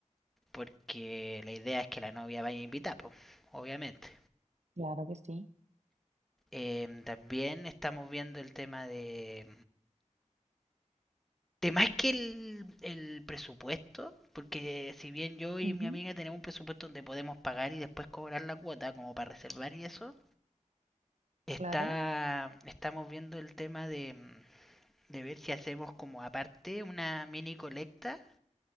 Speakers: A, in the centre; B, on the right.
A: porque la idea es que la novia vaya a invitar, pues, obviamente.
B: claro que sí.
A: Em, también estamos viendo el tema de... de más que el, el presupuesto, porque si bien yo y
B: Ujú,
A: mi amiga tenemos un presupuesto donde podemos pagar y después cobrar la cuota como para reservar y eso, está,
B: Claro,
A: estamos viendo el tema de, mm, de ver si hacemos como aparte una mini colecta,